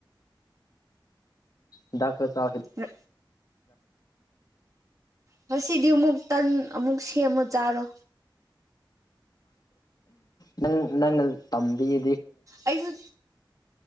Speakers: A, on the left (about 55°); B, on the right (about 40°).
A: ꯗꯗꯥꯥꯛꯂ ꯆꯈ
B: ꯑ ꯉꯁꯤꯗꯤ ꯑꯃꯨꯛ ꯇꯟ ꯑꯃꯨꯛ ꯁꯦꯝꯃꯣ ꯆꯥꯔꯣ
A: ꯅꯪ ꯅꯪꯅ ꯇꯝꯕꯤꯗꯤ
B: ꯑꯩꯌꯨ